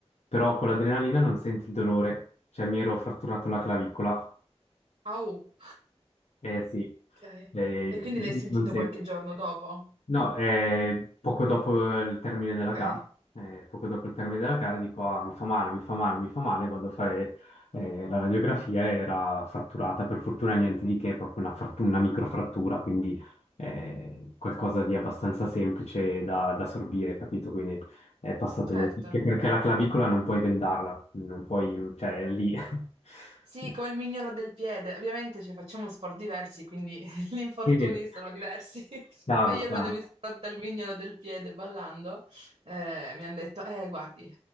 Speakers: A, on the left (about 85°); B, on the right (about 65°).
A: però con l'adrenalina non senti il dolore, cioè mi ero fratturato la clavicola,
B: Au.
A: eh sì,
B: Ok.
A: eh,
B: E quindi l'hai sentito
A: non senti.
B: qualche giorno dopo?
A: No, eh, poco dopo il termine della
B: Ok,
A: gara, eh, poco dopo il termine della gara dico, ah, mi fa male, mi fa male, mi fa male, vado a fare eh, la radiografia, era fratturata, per fortuna niente di che, è proprio una, frattu- una microfrattura, quindi eh, qualcosa di abbastanza semplice da, da sorbire, capito? Quindi è passato
B: certo.
A: quello che perché la clavicola non puoi vendarla, non puoi, cioè è lì. <laughs>
B: Sì, come il mignolo del piede. Ovviamente cioè, facciamo sport diversi, quindi <laughs> gli infortuni
A: Sì,
B: sono diversi. <laughs>
A: chiaro,
B: Ma io
A: chiaro.
B: quando mi sono rotta il mignolo del piede ballando, eh, mi hanno detto, eh, guardi,